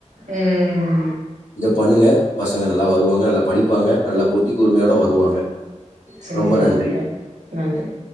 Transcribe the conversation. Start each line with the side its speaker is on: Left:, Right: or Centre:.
Right: ம்
Left: இத பண்ணுங்க பசங்க நல்லா வருவாங்க நல்லா படிப்பாங்க நல்ல புத்தி கூர்மையோட வருவாங்க
Right: சேரி
Left: ரொம்ப நன்றி
Right: ஓகே நன்றி